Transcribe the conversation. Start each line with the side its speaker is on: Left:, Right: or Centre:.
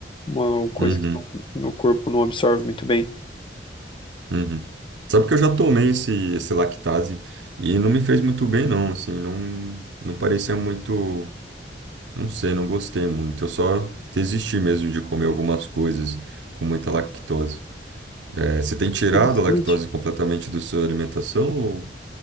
Left: uma coisa
Right: Uhum,
Left: que no, no corpo não absorve muito bem.
Right: uhum. Sabe que eu já tomei esse, esse lactase e não me fez muito bem, não. Assim, não, não parecia muito. Não sei, não gostei muito. Eu só desisti mesmo de comer algumas coisas com muita lactose. É, você tem tirado
Left: Interessante.
Right: a lactose completamente da sua alimentação? Ou...